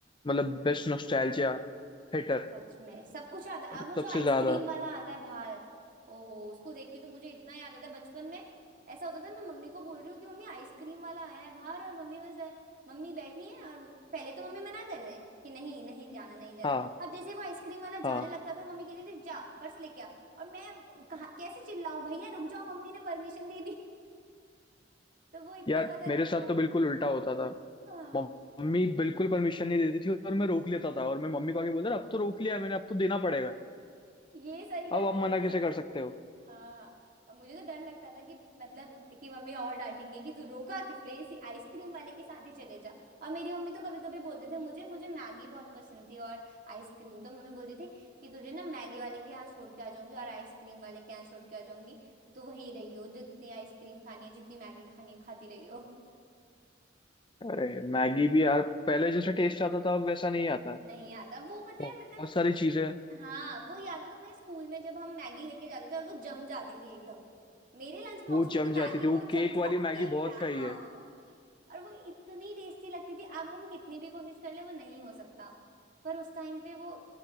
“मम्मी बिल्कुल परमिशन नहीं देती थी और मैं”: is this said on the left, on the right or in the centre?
Left